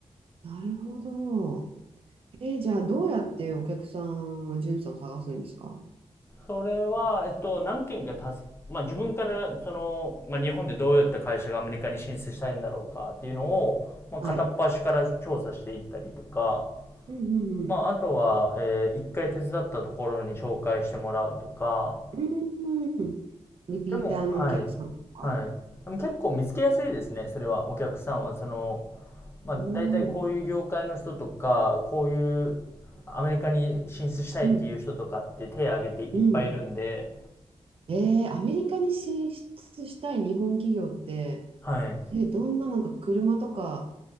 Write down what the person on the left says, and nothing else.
それは、えっと、何件か助け、まあ自分からその、まあ日本でどういった会社がアメリカに進出したいんだろうかっていうのを、まあ片っ端から調査していったりとか、
まああとは、えー一回手伝ったところに紹介してもらうとか、
でも、はい。はい。でも結構見つけやすいですね、それは、お客さんは。その、まあ、
大体こういう業界の人とか、
こういうアメリカに進出したいっていう人とかって手を挙げていっぱいいるんで、
はい。